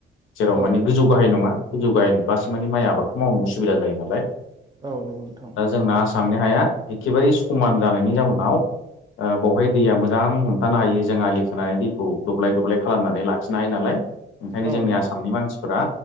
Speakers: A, on the left; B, on the right.
A: जेराव
B: औ
A: माने
B: नंगौ
A: गोजौ
B: नोंथां
A: गाहाय नङा गोजौ गाहायबासो माने माइ आबादखौ मावनो उसुबिदा जायो नालाय
B: औ नंगौ नोथां।
A: दा जोंना आसामनि हाया एखेबारे समान जानायनि जाउनाव बावहाय दैया मोजां हमथानो हायो जों आलि खोनानै दैखौ दब्लाय दब्लाय खालामनानै लाखिनो हायो नालाय ओंखायनो
B: औ
A: जोंनि
B: नंगौ
A: आसामनि
B: नोंथां
A: मानसिफोरा